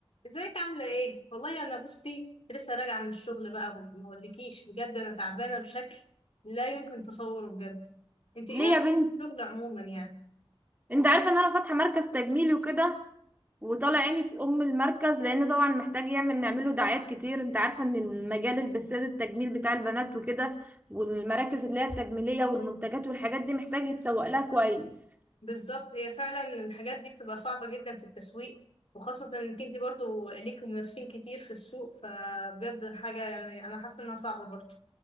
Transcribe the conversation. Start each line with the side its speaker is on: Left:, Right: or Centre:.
Left: ازيك عاملة ايه؟ والله انا بصي كنت لسه راجعة من الشغل بقى ما اقولكيش بجد انا تعبانة بشكل لا يمكن تصوره بجد انت ايه
Right: ليه
Left: رأيك
Right: يا بنت
Left: في الشغل عموما يعني
Right: انت عارفه ان انا فاتحه مركز تجميلي وكده وطالع عيني في ام المركز لان طبعا محتاج يعمل نعمله دعايات كتير انت عارفه ان المجال البساد التجميل بتاع البنات وكده والمراكز اللي هي التجميليه والمنتجات والحاجات دي محتاج يتسوق لها كويس
Left: بالظبط هي فعلا الحاجات دي بتبقى صعبة جدا في التسويق وخاصة انك انت برضو ليك منافسين كتير في السوق فبجد حاجة يعني انا حاسة انها صعبة برضو